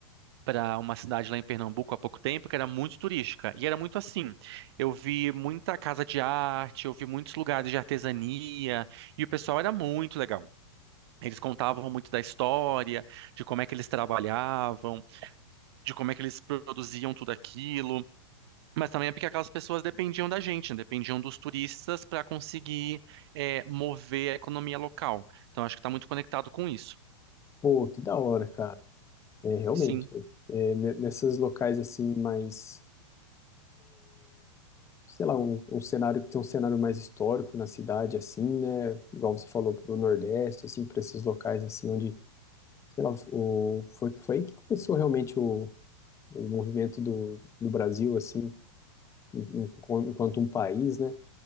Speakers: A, on the right; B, on the left.
A: para uma cidade lá em Pernambuco há pouco tempo que era muito turística. E era muito assim. Eu vi muita casa de arte, eu vi muitos lugares de artesania, e o pessoal era muito legal. Eles contavam muito da história, de como é que eles trabalhavam, de como é que eles produziam tudo aquilo. Mas também é porque aquelas pessoas dependiam da gente, né? Dependiam dos turistas para conseguir é, mover a economia local. Então acho que está muito conectado com isso.
B: Pô, que da hora, cara. É, realmente.
A: Sim.
B: É, ne- nesses locais, assim, mais sei lá, um, um cenário que tem um cenário mais histórico na cidade, assim, né? Igual você falou, para o Nordeste, assim, para esses locais, assim, onde, sei lá, o, foi, foi aí que começou realmente o, o movimento do, do Brasil, assim, en- enquanto enquanto um país, né?